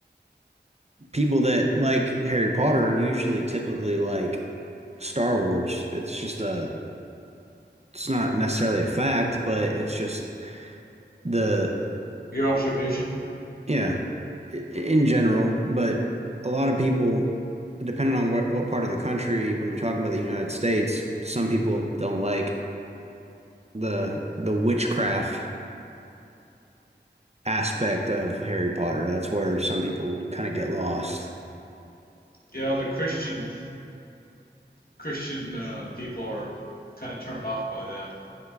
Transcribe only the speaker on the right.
people that like Harry Potter usually typically like Star Wars. It's just a it's not necessarily a fact, but it's just the
yeah, in general, but a lot of people depending on what what part of the country when you're talking about the United States, some people don't like the the witchcraft aspect of Harry Potter. That's where some people kind of get lost.